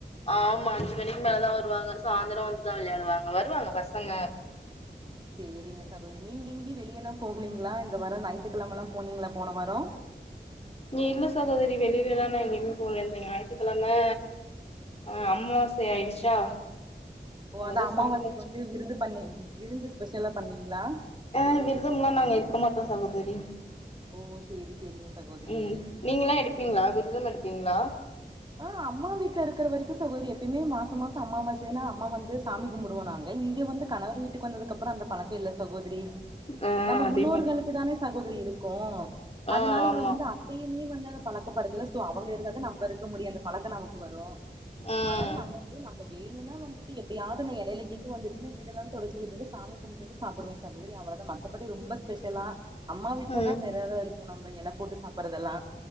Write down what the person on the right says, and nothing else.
சேரிங்க சகோதரி நீங்க எங்கி வெளிய எல்லா போகலீங்களா இந்த வாரோ ஞாய்த்துக்கிழமல்லா போனீங்களா போன வாரோ
ஓ
அத அமாவாசைக்கு
வந்து விருது பண்ணி விருந்து ஸ்பெஷலா பண்ணீங்களா
ஓ சேரி சேரிங்க சகோதரி
ஆ அம்மா வீட்ல இருக்கிற வரைக்கு சகோதரி எப்பயுமே மாச மாசம் அம்மாாவாசைன்னா அம்மா வந்து சாமிக்குமுடுவோனாங்க இங்க வந்து கணவர் வீட்டுக்கு வந்ததுக்குப்புறோ அந்த பழக் ல்ல சகோதரி
நம்ம
முன்னோர்களுக்கு
தானே சகோதரி இருக் கோவோ
அதனால
இங்க வந்து அத்தையுமே வந்து அத பழக்கப்படுதுல சோ அவங்க இருந்தாத நம்ம அது முடியு அந்த பழக்கோ நமக்கு வரு
அதனால நமக்கு நம்ம வேணுனா வந்துட் எப்பயாது நா எடைல இதுவந்துச்சுனு விடுலா தொடச்சிவிட்டுட் சாமி கும்புடுட்டு சாப்டுவே சகோதரி அவ பாத்தா மத்தபடி ரொம்ப ஸ்பெஷலா அம்மா வீட்டுல
தா வேற ஏதா இருக்கு நம்ப எழப் போட்டு சாப்பறதெல்லா